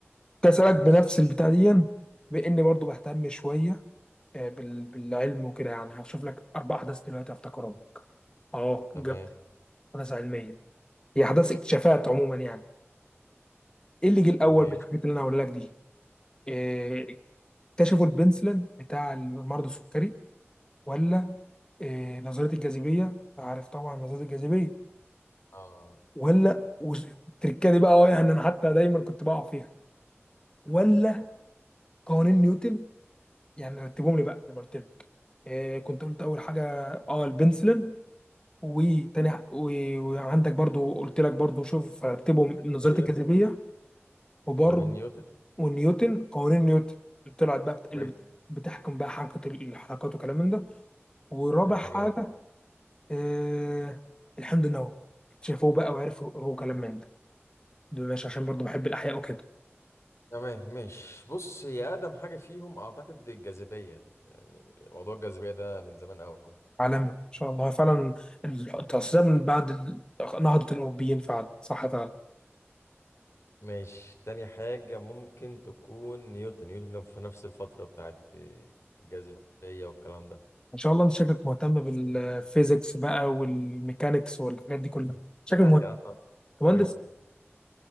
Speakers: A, on the left; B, on the left.
A: كنت أسألك
B: ماشي
A: بنفس البتاع دي بإني برضو بهتم شوية آه، بال- بالعلم وكده يعني هشوف لك أربع أحداث دلوقتي هفتكرهم أه
B: تمام
A: جبت أحداث علمية هي أحداث اكتشافات عموما يعني إيه اللي جه الأول
B: ماشي
A: من الحاجات اللي أنا هقول لك دي؟ آه، اكتشفوا البنسلين بتاع المرض السكري ولا آه، نظرية الجاذبية؟ عارف طبعا نظرية الجاذبية
B: اه
A: ولا وز- التركه دي بقى اه يعني انا حتى دايما كنت بقع فيها ولا قوانين نيوتن يعني رتبهم لي بقى زي ما قلت لك آه كنت قلت اول حاجه اه البنسلين وتاني ح- و- وعندك برضو قلت لك برضو شوف رتبهم نظريه
B: جاذبية
A: الجاذبيه وبرضو
B: قوانين نيوتن
A: ونيوتن قوانين نيوتن اللي طلعت بقى بت...
B: كويس
A: اللي بت... بتحكم بقى حركه ال- الحركات وكلام من ده ورابع
B: اخر حاجة
A: حاجه
B: إيه؟
A: آه الحمض النووي اكتشفوه بقى وعرفوا كلام من ده دول ماشي عشان برضو بحب الاحياء وكده
B: تمام ماشي بص هي اقدم حاجة فيهم اعتقد الجاذبية يعني موضوع الجاذبية ده من زمان قوي
A: عالمي ان شاء الله فعلا التصدير من بعد ال- نهضة الاوروبيين فعلا صح فعلا
B: ماشي تاني حاجة ممكن تكون نيوتن نيوتن كان في نفس الفترة بتاعت الجاذبية والكلام ده
A: ان شاء الله انت شكلك مهتم بالفيزيكس بقى والميكانيكس والحاجات دي كلها شكلك
B: يعني
A: مهندس
B: اه
A: مهندس
B: قريب